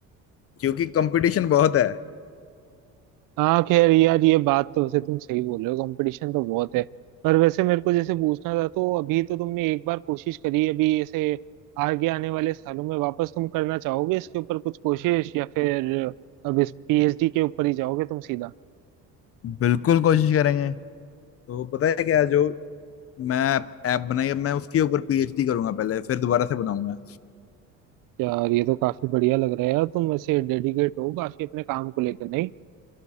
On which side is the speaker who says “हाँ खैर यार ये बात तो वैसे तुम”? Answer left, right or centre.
Right